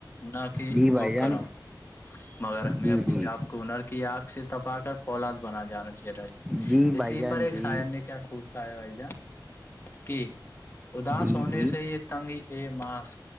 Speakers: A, on the left; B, in the centre.
A: نہ کہ
B: جی بھائی
A: دکھ
B: جان
A: کرم مگر ہمیں
B: جی
A: اپنی
B: جی
A: جات کو ہنر کی آنکھ سے تپا کر فولاد بنا جانا چاہیا
B: جی بھائی
A: اسی ہی
B: جان
A: پر ایک
B: جی
A: سائن نے کیا خو بائے بھائی جان کی اداس
B: جی
A: ہونے
B: جی
A: سے یہ تنگ ا ماس